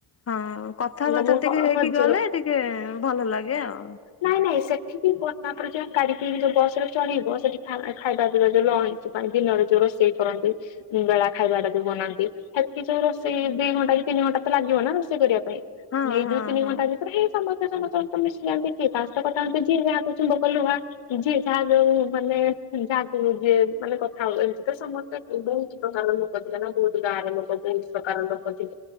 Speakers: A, on the left; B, on the left.
A: ହଁ କଥାବାର୍ତ୍ତା
B: ତମକୁ
A: ଟିକେ
B: ହ
A: ହେଇକି
B: ହଜିବ
A: ଗଲେ ଟିକେ ଭଲ ଲାଗେ ଆଉ।
B: ନାଇଁ ନାଇଁ ସେଠିକି ଗଲା ପରେ ଯାହା କାଢ଼ି କିରି ଯୋଉ ବସରେ ଚଢ଼ିବ ସେଠି ଖା ଖାଇବା ପିଇବା ଯୋଉ ଲ ଞ୍ଚ ପାଇଁ ଦିନରେ ଯୋଉ ରୋଷେଇ କରନ୍ତି। ଉଁ ବେଳା ଖାଇବାଟା ଯୋଉ ବନାନ୍ତି ହେଠି ଯୋଉ ରୋଷେଇ ଦି ଘଣ୍ଟା କି ତିନି ଘଣ୍ଟା ତ ଲାଗିବ ନା ରୋଷେଇ କରିବା ପାଇଁ।
A: ହଁ
B: ନେଇ
A: ହଁ
B: ଦୁଇ, ତିନି
A: ହଁ।
B: ଘଣ୍ଟା ବି ପରା ହିଁ ସମସ୍ତେ ସମସ୍ତଙ୍କ ସହିତ ମିଶିଯାନ୍ତି କିଏ କାହା ସହିତ କଥା ହୁଅନ୍ତି ଯିଏ ଯାହା <unintelligible> ଚୁମ୍ବକ, ଲୁହା। ଯିଏ ଯାହା ଯଉ ମାନେ ଉଁ ଯାହା କୁ ଯିଏ। ମାନେ କଥା ହଉ ଏମିତି ତ ସମସ୍ତେ ଉଁ ବହୁତ ପ୍ରକାର ଲୋକ ଥିଲେ ନା ବହୁତ ଗାଁର ଲୋକ ବହୁତ ପ୍ରକାରର ଲୋକ ଥି